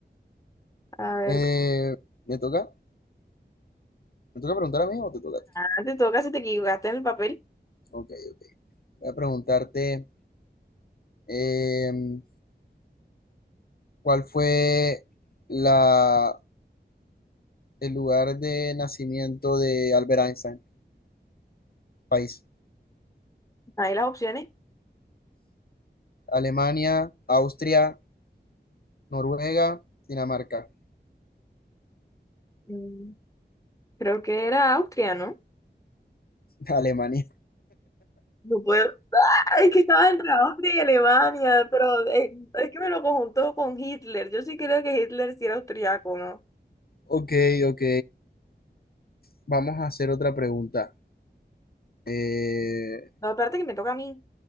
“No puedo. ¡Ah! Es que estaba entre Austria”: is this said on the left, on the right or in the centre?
Left